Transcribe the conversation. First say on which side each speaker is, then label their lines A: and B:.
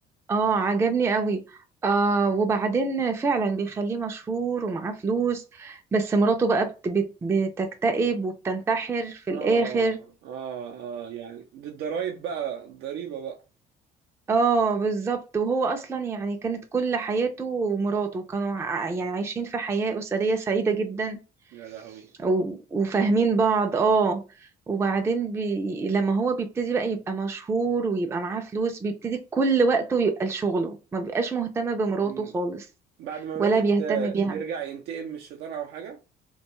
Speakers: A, on the right; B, on the right.
A: اه عجبني قوي آه وبعدين فعلا بيخليه مشهور ومعاه فلوس بس مراته بقى بت بت بتكتئب وبتنتحر في
B: اه
A: الآخر
B: اه اه يعني دي الضرايب بقى الضريبة بقى
A: اه بالظبط وهو اصلا يعني كانت كل حياته ومراته كانوا ع- يعني عايشين في حياة أسرية سعيدة جدا
B: يا لهوي
A: و- وفاهمين بعض اه وبعدين بي... لما هو بيبتدي بقى يبقى مشهور ويبقى معاه فلوس بيبتدي كل وقته يبقى لشغله ما بيبقاش مهتم بمراته
B: مم.
A: خالص
B: بعد ما
A: ولا
B: ماتت
A: بيهتم
B: آه،
A: بيها
B: بيرجع ينتقم من الشيطان او حاجة